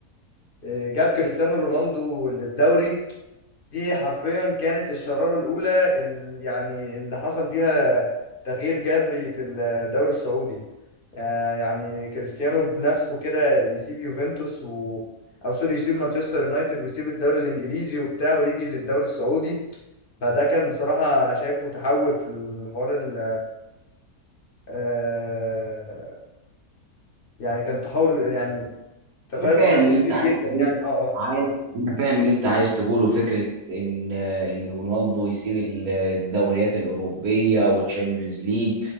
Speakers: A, on the left; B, on the right.
A: آه، جاب كريستيانو رونالدو للدوري دي حرفيا كانت الشرارة الأولى ال- يعني اللي حصل فيها تغيير جذري في الدوري السعودي آه، يعني كريستيانو بنفسه كده يسيب يوفنتوس و... أو سوري يسيب مانشستر يونايتد ويسيب الدوري الإنجليزي وبتاع ويجي للدوري السعودي فده كان بصراحة شايفه تحول في الحوار ال آه، يعني كان تحول يعني تغير
B: انا فاهم
A: بشكل
B: ان
A: كبير
B: انت عايز
A: جدا
B: تقول
A: يعني اه اه
B: عايز انا فاهم ان انت عايز تقوله فكره ان ان رونالدو يسيب ال- الدوريات الاوروبيه والتشامبيونز ليج